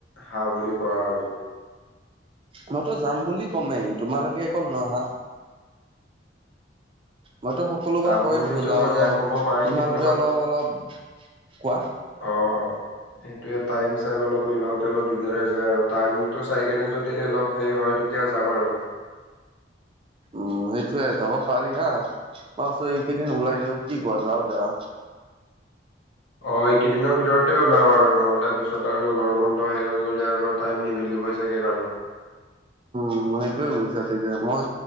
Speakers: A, on the left; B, on the right.
A: হা বুলি কোৱা আৰু।
B: মইটো যাম বুলি ক'মেই তোমালোকে অকল নহা। মইটো সকলোবাৰ
A: যাম
B: কৈয়ে
A: বুলিতো
B: থাকো যাওঁ
A: মানে
B: যাওঁ।
A: ক'ব পাৰি
B: তোমালোকে
A: কিন্তু
B: অলপ অলপ কোৱা।
A: অহ। সেইটোৱে টাইম চাইম অলপ মিলাওঁতে অলপ দিকদাৰে হৈ যায় আৰু টাইমটো চাই কেনে যদিহে অলপ হেৰী হয় তেতিয়া যাম আৰু।
B: উম সেইটোৱে যাব পাৰি হা, বাছ এইকেইদিন ওলাই দিওঁ কি কোৱা? যাওঁ দিয়া।
A: অ এইকেইদিনৰ ভিতৰতে ওলাওঁ আৰু নহ'লে পিছত আৰু গৰম বন্ধ শেষ হৈ গ'লে আৰু টাইম নিমিলিবই চাগে কাৰো।
B: উম সেইটোৱে বুজিছা ঠিকে। মই